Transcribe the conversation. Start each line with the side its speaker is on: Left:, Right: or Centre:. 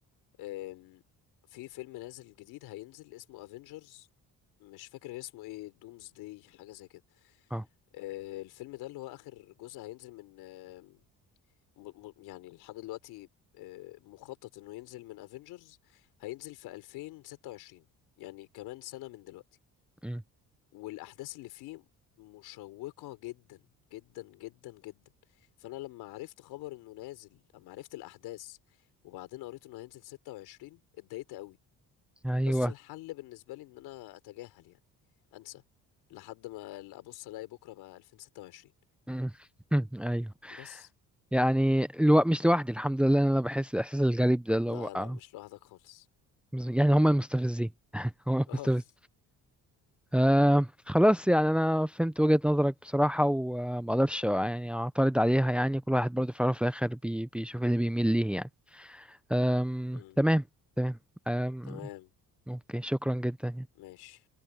Left: آم، في فيلم نازل جديد هينزل اسمه افنجرز مش فاكر اسمه ايه دومز داي حاجه زي كده
Centre: اه
Left: آه، الفيلم ده اللي هو اخر جزء هينزل من آم، م- م- يعني لحد دلوقتي آه، مخطط انه ينزل من افنجرز هينزل في 2026 يعني كمان سنه من دلوقتي
Centre: أمم.
Left: والاحداث اللي فيه مشوقة جدا جدا جدا جدا فانا لما عرفت خبر انه نازل لما عرفت الاحداث وبعدين قريت انه هينزل 26 اتضايقت قوي
Centre: ايوه
Left: بس الحل بالنسبة لي ان انا اتجاهل يعني انسى لحد ما ابص الاقي بكرة بقى 2026
Centre: أمم. <laughs> ايوه
Left: بس
Centre: يعني الو... مش لوحدي الحمد لله إن انا بحس الاحساس الغريب ده اللي
Left: لا
Centre: هو آه.
Left: لا مش لوحدك خالص
Centre: يعني هم المستفزين <laughs>
Left: <laughs>
Centre: هم المستفزين
Left: اه
Centre: آه خلاص يعني انا فهمت وجهة نظرك بصراحة وما اقدرش يعني اعترض عليها يعني كل واحد برضه في الاول وفي الاخر بي بيشوف اللي بيميل ليه يعني آم
Left: أمم،
Centre: تمام تمام آم
Left: تمام
Centre: ممكن شكرا جدا يعني.
Left: ماشي